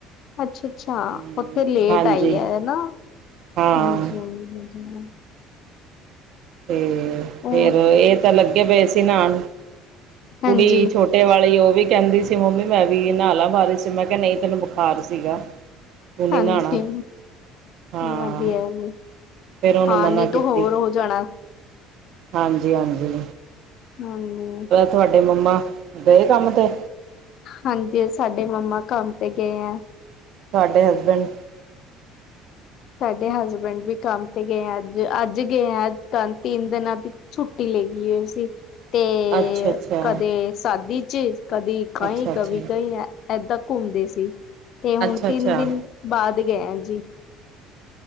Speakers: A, on the left; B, on the right.
A: ਅੱਛਾ ਅੱਛਾ
B: ਹਮ
A: ਉਥੇ ਲੇਟ
B: ਹਾਂਜੀ
A: ਆਈ ਹੈ ਨਾ
B: ਹਾਂ
A: ਹਾਂਜੀ ਹਾਂਜੀ ਮੈ ਕਿ ਕਵਾ
B: ਤੇ ਫੇਰ
A: ਉਹ
B: ਇਹ ਤਾਂ ਲੱਗੇ ਪਏ ਸੀ ਨਾਣ ਕੁੜੀ
A: ਹਾਂਜੀ
B: ਛੋਟੀ ਛੋਟੇ ਵਾਲੀ ਉਹ ਵੀ ਕਹਿੰਦੀ ਸੀ ਮੰਮੀ ਮੈਂ ਵੀ ਨਾ ਬਾਰੀਸ ਚ ਮੈਂ ਕਿਹਾ ਨਹੀਂ ਤੈਨੂੰ ਬੁਖਾਰ ਸੀਗਾ ਤੂੰ ਨਈ
A: ਹਾਂਜੀ
B: ਨਹਾਣਾ ਹਾਂ
A: ਵਧੀਆ ਜੀ
B: ਫਿਰ ਉਹਨੂੰ
A: ਹਾਂ
B: ਮਨਾ
A: ਨਹੀਂ
B: ਕੀਤੀ
A: ਤਾਂ ਹੋਰ ਹੋ ਜਾਣਾ
B: ਹਾਂਜੀ ਹਾਂਜੀ
A: ਹਾਂਜੀ ਹੋਰ
B: ਤੁਹਾਡੇ ਮੰਮਾ ਗਏ ਕੰਮ ਤੇ
A: ਹਾਂਜੀ ਸਾਡੇ ਮੰਮਾ ਕੰਮ ਤੇ ਗਏ ਹੈ
B: ਤੁਹਾਡੇ ਹਸਬੈਂਡ
A: ਸਾਡੇ ਹਸਬੈਂਡ ਵੀ ਕੰਮ ਤੇ ਗਏ ਆ ਅੱਜ ਅੱਜ ਗਏ ਆ ਤਿੰਨ ਦਿਨਾਂ ਦੀ ਛੁੱਟੀ ਲੈਇ ਹੋਈ ਸੀ ਤੇ
B: ਅੱਛਾ ਅੱਛਾ
A: ਕਦੇ ਸਾਦੀ ਚ ਕਦੀ ਕਹੀ
B: ਅੱਛਾ
A: ਕਦੀ
B: ਅੱਛਾ
A: ਕਹੀ ਐ ਇਏਦਾਂ ਘੁੰਮਦੇ ਸੀ ਤੇ ਹੁਣ
B: ਅੱਛਾ
A: ਤਿੰਨ
B: ਅੱਛਾ
A: ਦਿਨ ਬਾਅਦ ਗਏ ਆ ਜੀ